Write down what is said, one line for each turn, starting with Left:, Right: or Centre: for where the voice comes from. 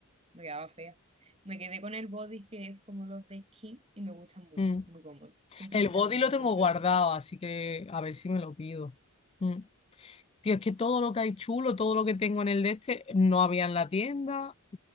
Right: Me quedaba fea. Me quedé con el body que es como los de Kim y me gustan mucho,
Left: mm.
Right: muy cómodo. Sin sujetador
Left: El body
Right: ni
Left: lo
Right: no
Left: tengo
Right: te lo puedes
Left: guardado,
Right: poner.
Left: así que a ver si me lo pido. Mm. Tío, es que todo lo que hay chulo, todo lo que tengo en el de este, no había en la tienda.